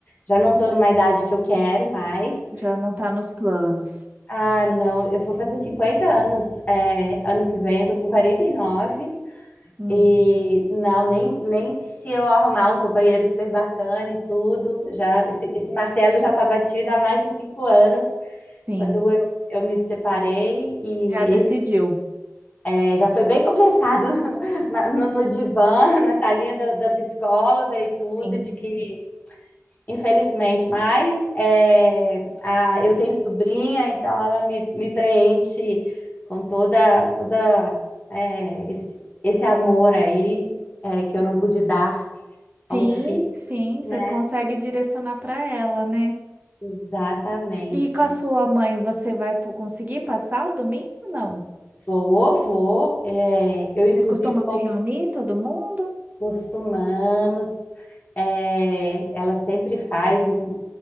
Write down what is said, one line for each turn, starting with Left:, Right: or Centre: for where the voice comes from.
Left: já não estou numa idade que eu quero mais.
Right: Já não tá nos planos.
Left: Ah, não, eu vou fazer 50 anos, é, ano que vem, eu tô com quarenta E nove
Right: Hum,
Left: e não, nem, nem que se eu arrumar um companheiro super bacana e tudo, já esse, esse martelo já está batido há mais de cinco anos.
Right: sim,
Left: Quando eu, eu me separei e,
Right: já decidiu.
Left: enfim, é, já foi bem conversado <laughs> na- no, no divã, <laughs> na salinha da, da psicóloga e tudo,
Right: Sim,
Left: de que, infelizmente, mas é, a, eu tenho sobrinha, então ela me, me preenche com toda, toda é, esse, esse amor aí é, que eu não pude dar
Right: sim,
Left: a um filho,
Right: sim.
Left: né?
Right: Você consegue direcionar para ela, né?
Left: Exatamente.
Right: E com a sua mãe, você vai po- conseguir passar o domingo? Não.
Left: Vou, vou. é, eu, inclusive,
Right: Vocês costumam se reunir, todo mundo?
Left: Costumamos. é, ela sempre faz um,